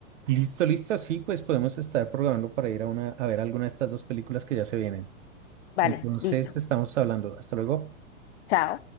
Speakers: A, on the right; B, on the left.
A: Listo, listo, sí, pues podemos estar programando para ir a una, a ver alguna de estas dos películas que ya se vienen.
B: Vale,
A: Entonces,
B: listo.
A: estamos hablando. Hasta luego.
B: Chao.